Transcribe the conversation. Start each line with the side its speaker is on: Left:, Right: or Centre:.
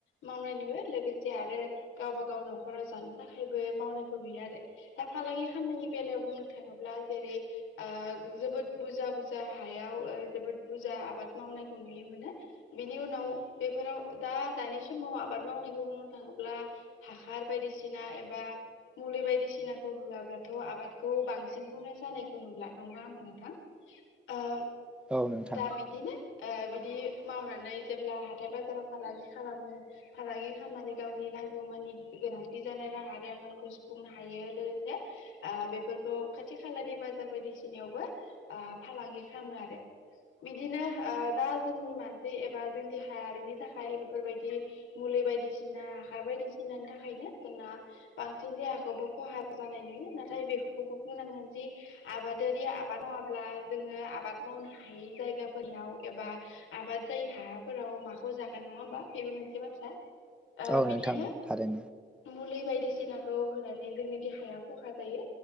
Left: मावनाय नुयो लोगोसे आरो गावबा गाव न'खराव जानो थाखायबो मावनायखौ नुयो आरो दा फालांगि खामानायनि बेलायाव बुंनो थाङोब्ला जेरै ओ जोबोद बुरजा बुरजा हायाव ओ जोबोद बुरजा आबाद माव नायखौ नुयो मोनो बिनि उनाव बेफोराव दा दानि समाव आबाद मावनायखौ बुंनो थाङोब्ला हाखार बायदिसिना एबा मुलि बायदिसिना होआब्लाथ' आबादखौ बां सिनखौनो जानायखौ नुला नंङा होमब नोंथां ओ
Centre: औ नोंथां
Left: दा बिदिनो ओ बिदि मावनानै जेब्ला हाथाय बाजाराव फालांगि खालामो फालांगि खामनानै गावनि नांगौ मानि गोनांथि जानाय रां आरि आंखालखौ सुफुंनो हायो लोगोसे ओ बेफोरखौ खाथि खालानि बाजार बायदिसिनायावबो ओ फालांगि खामो आरो बिदिनो ओ दा जोंनि मानसि एबा जोंनि देहायारिनि थाखाय बेफोरबायदि मुल बायदिसिना हाखार बायदिसिनानि थाखायनो जोंना बांसिन देहाखौबो खहा जानाय नुयो नाथाय बेखौबो बुंनांगोन जि आबादारि आबाद मावाब्ला जोङो आबाद मावनो हायै जायगाफोरनियाव एबा आबाद जायि हाफोराव माखौ जागोन नङा होमबा बेबो मोनसे बाथ्रा । ओ
Centre: औ
Left: बिदिनो
Centre: नोंथां थारैनो
Left: मुलि बायदिसिनाखौ होनानै जोंनि देहाया खहा जायो